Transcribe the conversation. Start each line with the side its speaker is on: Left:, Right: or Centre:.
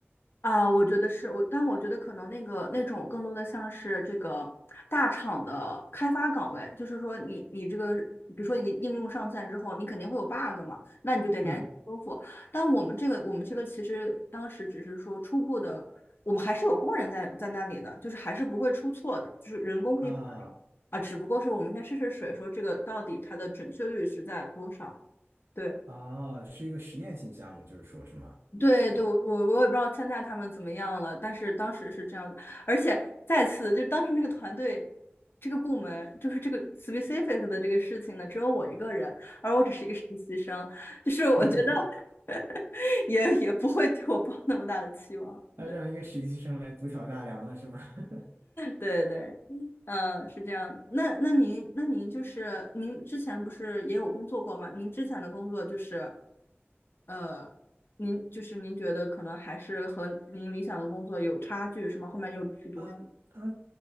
Left: 啊，我觉得是我，但我觉得可能那个那种更多的像是这个大厂的开发岗位，就是说你你这个，比如说你应用上线之后，你肯定会有 bug 嘛，那你就得连修复。
Right: 嗯
Left: 但我们这个我们这个其实当时只是说初步的，我们还是有工人在在那里的，就是还是不会出错的，就是人工可以
Right: 啊。
Left: 啊，只不过是我们先试试水，说这个到底它的准确率是在多少。对。
Right: 啊，是一个实验性项目，就是说是吗？
Left: 对对，我我我也不知道现在他们怎么样了，但是当时是这样子，而且再次就当时那个团队，这个部门就是这个 specific 的这个事情呢，只有我一个人，而我只是一个实习生，就是我觉得
Right: <laughs> 对，
Left: <laughs> 也也不会对我抱那么大的期望。
Right: 那让一个实习生来独挑大梁了是吗？
Left: 对
Right: <laughs>
Left: 对对，嗯，是这样的。那那您那您就是您之前不是也有工作过吗？您之前的工作就是，呃，您就是您觉得可能还是和您理想的工作有差距是吗？后面又去读书。
Right: 嗯，他，